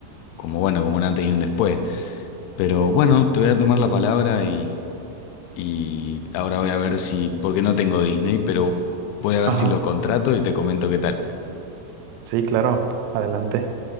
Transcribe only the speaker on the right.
Ajá,
sí, claro, adelante.